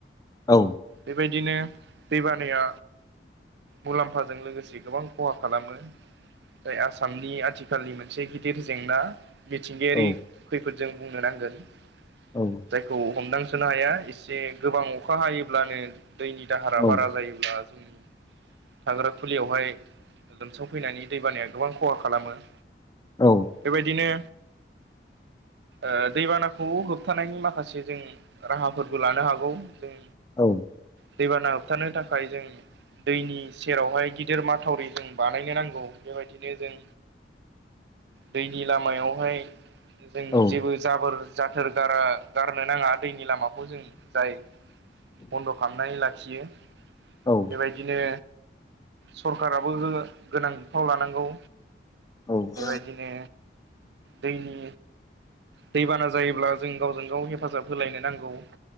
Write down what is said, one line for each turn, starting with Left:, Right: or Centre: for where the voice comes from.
Left: औ
Right: बेबायदिनो दैबानाया मुलाम फा जों लोगोसे गोबां खहा खालामो जाय। आसामनि आथिखाल नि मोनसे गिदिर जेंना मिथिंगायारि
Left: औ
Right: खैफोदजों बुंनो नांगोन।
Left: औ
Right: जायखौ हमदांसोनो हाया एसे गोबां अखा हायोब्लानो दैनि दाहारा
Left: औ
Right: बारा जायोब्ला उम थाग्रा खुलियावहाय लोमसांफैनायनि दैबानाया गोबां खहा खालामो।
Left: औ
Right: बेबायदिनो ओ दैबानाखौ होबथानायनि माखासे जों राहाफोरबो लानो हागौ जों।
Left: औ
Right: दैबाना होबथानो थाखाय जों दैनि सेरावहाय गिदिर माथावरि जों बानायनो नांगौ बेबायदिनो जों दैनि लामायावहाय जों
Left: औ
Right: जेबो जाबोर जाथोर गारा गारनो नाङा दैनि लामाखौ जों जाय बन्द' खालामनानै लाखियो।
Left: औ
Right: बेबायदिनो सरखाराबो गोनां बिफाव लानांगौ।
Left: औ
Right: बेबायायदिनो
Left: औ
Right: दैनि दैबाना जायोब्ला जों गावजों गाव हेफाजाब होलायनो नांगौ।